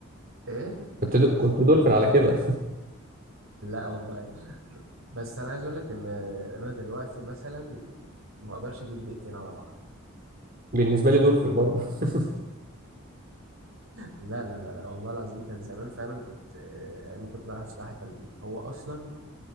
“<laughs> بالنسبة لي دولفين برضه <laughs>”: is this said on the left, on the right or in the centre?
Right